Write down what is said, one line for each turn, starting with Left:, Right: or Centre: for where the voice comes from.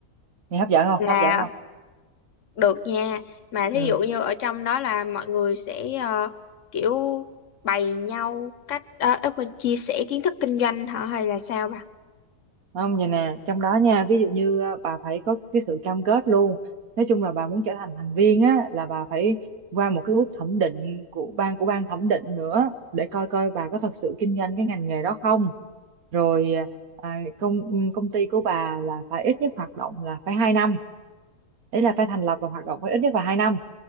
Right: nghe hấp dẫn không
Left: là
Right: hấp dẫn không
Left: được nha. Mà thí
Right: ừ
Left: dụ như ở trong đó là mọi người sẽ ờ, kiểu bày nhau cách uh, quên chia sẻ kiến thức kinh doanh hả hay là sao bà?
Right: không vậy nè trong đó nha ví dụ như ờ, bà phải có cái sự cam kết luôn nói chung là bà muốn trở thành thành viên á là bà phải qua một cái bước thẩm định của ban của ban thẩm định nữa để coi coi bà có thật sự kinh doanh cái ngành nghề đó không rồi à, công ừ, công ty của bà là phải ít nhất hoạt động là phải hai năm đấy là phải thành lập và hoạt động phải ít nhất là hai năm